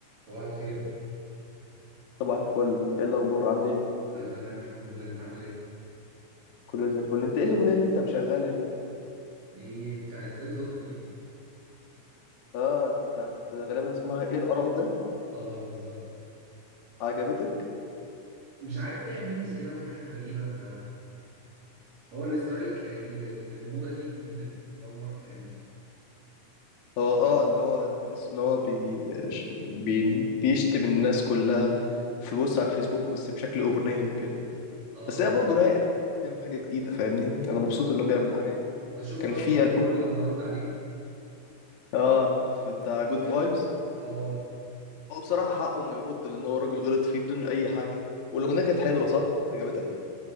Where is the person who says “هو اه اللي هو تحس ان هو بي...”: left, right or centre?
Left